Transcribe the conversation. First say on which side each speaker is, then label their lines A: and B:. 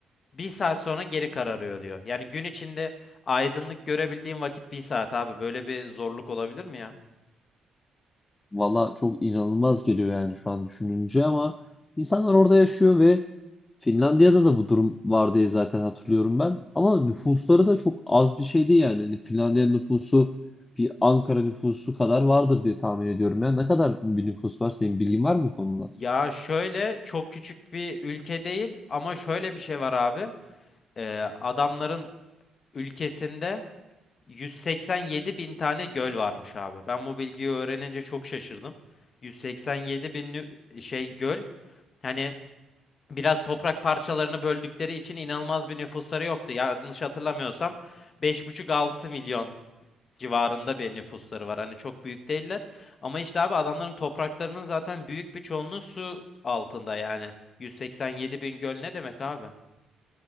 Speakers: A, on the left (about 45°); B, on the left (about 25°).
A: Bir saat sonra geri kararıyor diyor. Yani gün içinde aydınlık görebildiğin vakit bir saat abi. Böyle bir zorluk olabilir mi ya?
B: Valla çok inanılmaz geliyor yani şu an düşününce ama insanlar orada yaşıyor ve Finlandiya'da da bu durum var diye zaten hatırlıyorum ben. Ama nüfusları da çok az bir şey değil yani. Hani Finlandiya nüfusu bir Ankara nüfusu kadar vardır diye tahmin ediyorum. Ya ne kadar bir nüfus var senin bilgin var mı bu konuda?
A: Ya şöyle çok küçük bir ülke değil ama şöyle bir şey var abi. Ee, adamların ülkesinde 187 bin tane göl varmış abi. Ben bu bilgiyi öğrenince çok şaşırdım. 187 bin nü- şey göl. Hani biraz toprak parçalarını böldükleri için inanılmaz bir nüfusları yoktu. Yanlış hatırlamıyorsam 5,5-6 milyon civarında bir nüfusları var. Hani çok büyük değiller. Ama işte abi adamların topraklarının zaten büyük bir çoğunluğu su altında yani. 187 bin göl ne demek abi?